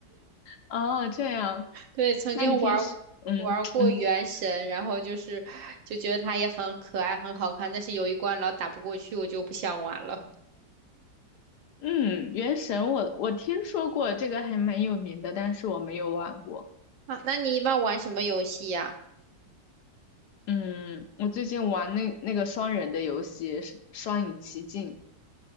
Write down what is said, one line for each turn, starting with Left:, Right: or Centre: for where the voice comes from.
Left: 啊，这样，
Right: <laughs> 对，曾经玩儿玩儿过《原神》，
Left: 那你平时嗯嗯
Right: 然后就是就觉得它也很可爱、很好看，但是有一关老打不过去，我就不想玩了。
Left: 嗯，原神我我听说过这个还蛮有名的，但是我没有玩过。
Right: 啊，那你一般玩什么游戏呀？
Left: 嗯，我最近玩那那个双人的游戏《是双影奇境》，